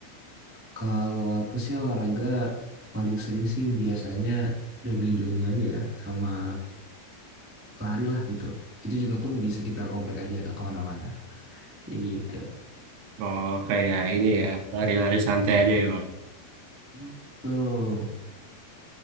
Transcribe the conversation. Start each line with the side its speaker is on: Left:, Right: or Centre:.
Centre: Kalau aku sih olahraga paling sering sih biasanya jogging-jogging aja ya, sama lari lah gitu. Itu juga pun di sekitar komplek aja, nggak kemana-mana. Ya gitu.
Right: Oh, kayak ini ya, lari-lari santai aja ya Bang.
Centre: Hmm, betul.